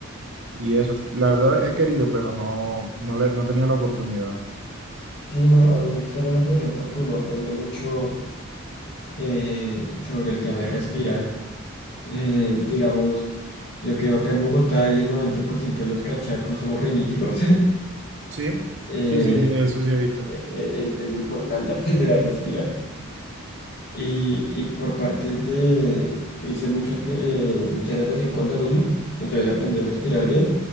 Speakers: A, on the right; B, on the left.
A: y eso. La verdad he querido, pero no, no, le, no he tenido la oportunidad.
B: Sí, no, a mí me gusta la natación porque uno aprende mucho eh, sobre el tema de respirar. Eh, digamos, yo creo que en Bogotá y el 90% de los cachacos somos riníticos. <laughs>
A: Sí,
B: eh,
A: sí, sí, sí, eso sí he visto.
B: eh, eh, es importante <laughs> aprender a respirar. Y, y por parte de, hice mucho, atle- eh, mucha natación cuando niño, entonces aprendí a respirar bien.